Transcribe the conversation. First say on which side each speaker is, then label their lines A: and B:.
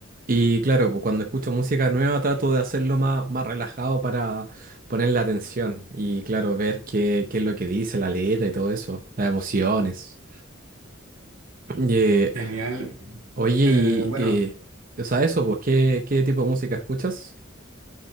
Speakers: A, on the right; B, on the right.
A: Y claro, pues cuando escucho música nueva trato de hacerlo más, más relajado para ponerle atención y claro, ver qué, qué es lo que dice la letra y todo eso, las emociones. Y, eh,
B: Genial.
A: oye,
B: Eh,
A: y,
B: bueno.
A: eh, o sea, eso, pues, ¿qué, qué tipo de música escuchas?